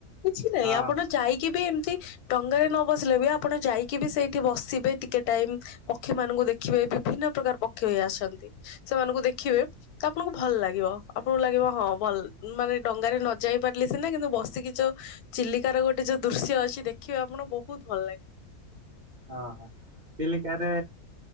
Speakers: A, on the left (about 80°); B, on the right (about 40°).
A: କିଛି ନାହିଁ
B: ହଁ
A: ଆପଣ ଯାଇକି ବି ଏମିତି ଡଙ୍ଗାରେ ନ ବସିଲେ ବି ଆପଣ ଯାଇକି ବି ସେଇଠି ବସିବେ ଟିକେ ଟାଇମ। ପକ୍ଷୀ ମାନଙ୍କୁ ଦେଖିବାେ ବିଭିନ୍ନ ପ୍ରକାର ପକ୍ଷୀ। ଖୀ ଇ ଆସନ୍ତି ସେମାନଙ୍କୁ ଦେଖିବେ ତ ଆପଣଙ୍କୁ ଭଲ ଲାଗିବ। ଆପଣଙ୍କୁ ଲାଗିବ ହଁ ଭଲ ମାନେ ଡଙ୍ଗାରେ ନ ଯାଇ ପାରିଲି ସିନା କିନ୍ତୁ ବସିକି ତ ଚିଲିକାର ଗୋଟେ ଯୋଉ ଦୃଶ୍ୟ ଅଛି ଦେଖିବେ ଆପଣଙ୍କୁ ବହୁତ ଭଲ ଲାଗେ।
B: ଅ ହଁ ଚିଲିକାରେ